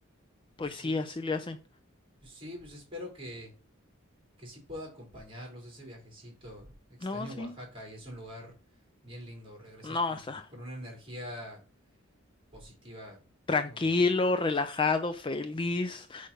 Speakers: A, on the left; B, on the right.
A: pues
B: Pues,
A: sí,
B: e-
A: así
B: es,
A: le hacen.
B: pues sí, pues espero que, que sí pueda acompañarlos ese viajecito. Extraño
A: No, sí.
B: Oaxaca y es un lugar bien lindo. Regresas
A: No,
B: con,
A: está
B: con una energía positiva
A: tranquilo,
B: muy buena.
A: relajado, feliz.